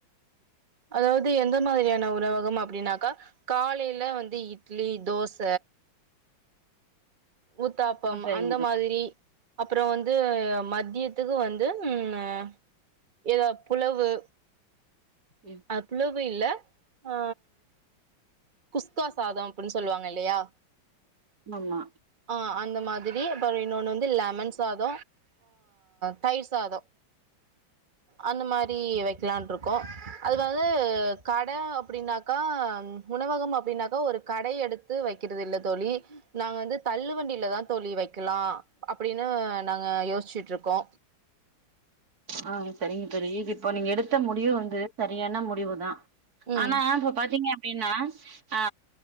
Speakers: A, on the right; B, on the right.
A: அதாவுது எந்த மாதிரியான உணவகம் அப்டினாக்கா காலைல வந்து இட்லி தோச ஊத்தாப்பம்
B: ஆ சரிங்க
A: அந்த மாதிரி அப்ற வந்து மதியத்துக்கு வந்து ம் இத புலவு
B: தோழி
A: அது புலவ் வு இல்ல ஆ குஸ்கா சாதம் அப்னு சொல்லுவாங்க இல்லையா
B: னம்மா
A: ஆ அந்த மாதிரி அப்புற இன்னோனு வந்து லெமன் சாத தயிர் சாத அந்த மாரி வெக்கலான்ட்ருக்கோ அதுக் வந்து கடை அப்டினாக்கா உணவகம் அப்டினாக்கா ஒரு கடை எடுத்து வெக்கறது இல்ல தோழி நாங்க வந்து தள்ளு வண்டிலதா தோழி வெக்கலா அப்டின்னு நாங்க யோசிச்சுட்ருக்கோ
B: ஆ சரிங்க தொழி இது இப்போ நீங்க எடுத்த முடிவு வந்து சரியான முடிவு தா
A: ம்
B: ஆனா இப்ப பாத்திங்க அப்டினா ஆ